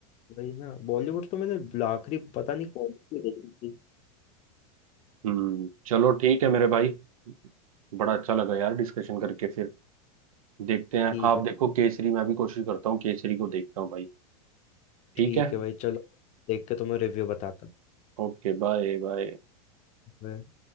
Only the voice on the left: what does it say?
वही ना बॉलीवुड तो मैंने आखिरी पता नहीं कौन सी देखी थी
ठीक
है
ठीक
है भाई चलो देख के तुम्हें रिव्यू बताता हूँ
मैं।